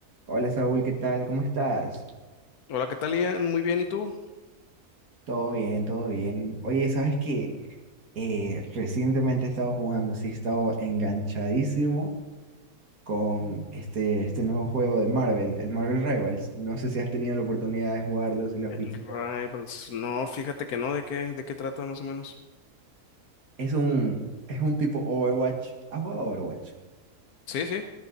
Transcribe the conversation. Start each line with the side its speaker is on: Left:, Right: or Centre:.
Right: Hola Saúl, ¿qué tal? ¿Cómo estás?
Left: Hola, ¿qué tal, Ian? Muy bien, ¿y tú?
Right: Todo bien, todo bien. Oye, ¿sabes qué? Eh, recientemente he estado jugando, sí, he estado enganchadísimo con este, este nuevo juego de Marvel, el Marvel Rivals. No sé si has tenido la oportunidad de jugarlo, si lo
Left: El
Right: has visto.
Left: Rivals. No, fíjate que no, ¿de qué, de qué trata más o menos?
Right: Es un, es un tipo Overwatch. ¿Has jugado Overwatch?
Left: Sí, sí.